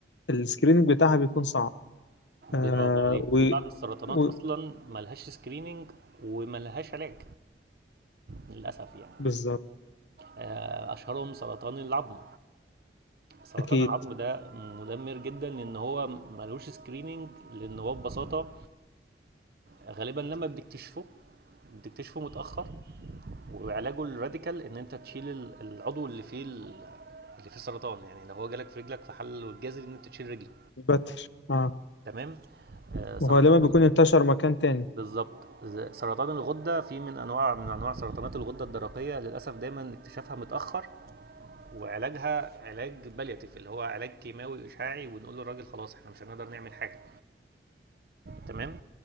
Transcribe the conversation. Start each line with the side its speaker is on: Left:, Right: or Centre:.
Left: السكريننج بتاعها بيكون صعب آه،
Right: برافو عليك
Left: و
Right: في بعض السرطانات
Left: و-
Right: أصلا ملهاش سكريننج وملهاش علاج للأسف يعني
Left: بالظبط
Right: آه، أشهرهم سرطان العظم سرطان
Left: اكيد
Right: العظم ده مدمر جدا لأن هو ملوش سكريننج لأن هو ببساطة غالبا لما بتكتشفه بتكتشفه متأخر وعلاجه الراديكال ان انت تشيل ال- العضو اللي فيه ال- اللي فيه سرطان يعني لو هو جالك في رجلك فحله الجذري ان انت تشيل رجلك
Left: البتر اه
Right: تمام آه،
Left: وغالبا
Right: سرطان
Left: بيكون
Right: ال-
Left: انتشر مكان تاني
Right: بالظبط ز- سرطان الغده في من انواع من انواع سرطانات الغده الدرقيه للاسف دايما اكتشافها متاخر وعلاجها علاج بالياتيف اللي هو علاج كيماوي اشعاعي ونقول للراجل خلاص احنا مش هنقدر نعمل حاجه تمام